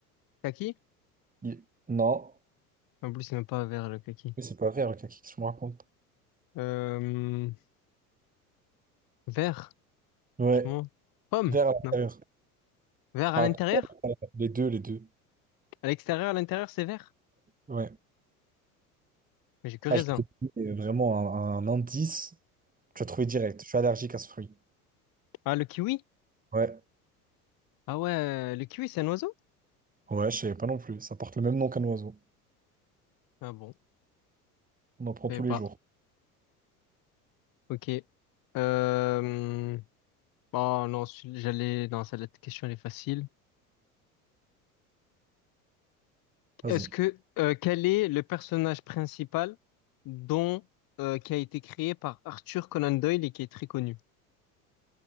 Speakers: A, on the left; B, on the right.
A: Kaki?
B: Il- Non,
A: En plus, c'est même pas vert le kaki.
B: mais c'est pas vert le kaki, je me raconte.
A: Euh, vert,
B: Ouais,
A: franchement. Pomme,
B: vert à l'intérieur.
A: non. Vert à
B: À
A: l'intérieur?
B: l'intérieur. Les deux, les deux.
A: À l'extérieur, à l'intérieur, c'est vert.
B: Ouais.
A: Mais j'ai que
B: Ah,
A: raisin.
B: je te dis euh, vraiment un, un indice. Tu as trouvé direct. Je suis allergique à ce fruit.
A: Ah, le kiwi?
B: Ouais,
A: Ah ouais, le kiwi, c'est un oiseau?
B: ouais, je savais pas non plus. Ça porte le même nom qu'un oiseau.
A: Ah bon, je
B: On en prend
A: savais
B: tous
A: pas.
B: les jours.
A: Ok. Euh... Oh non, celui- j'allais... Non, ça, la question, elle est facile.
B: Vas-y.
A: Est-ce que... euh, quel est le personnage principal dont... euh, qui a été créé par Arthur Conan Doyle et qui est très connu?